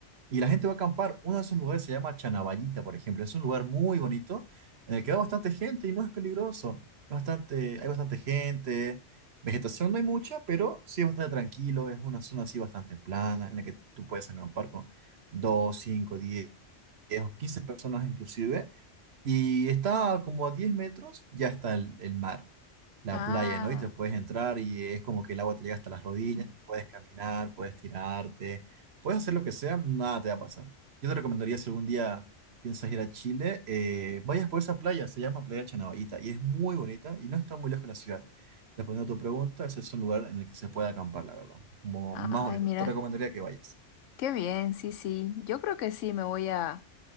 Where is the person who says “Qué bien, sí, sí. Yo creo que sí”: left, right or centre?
Left